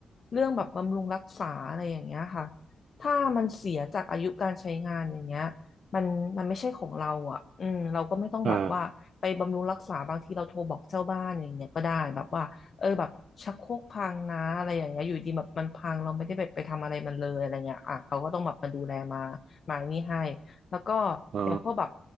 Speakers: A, on the left; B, on the right.
A: เรื่องแบบบำรุงรักษาอะไรอย่างเงี้ยค่ะถ้ามันเสียจากอายุการใช้งานอย่างเงี้ยมันมันไม่ใช่ของเราอ่ะอืมเราก็ไม่ต้องแบบว่าไปบำรุงรักษาบางทีเราโทรบอกเจ้าบ้านอย่างเงี้ยก็ได้แบบว่าเออแบบชักโครกพังนะอะไรอย่างเงี้ยอยู่ดีแบบมันพังเราไม่ได้แบบไปทำอะไรมันเลยอะไรเงี้ยอ่ะเขาก็ต้องแบบมาดูแลมา
B: อ่า
A: มานี่ให้แล้วก็
B: อ๋อ
A: อย่างพวกแบบ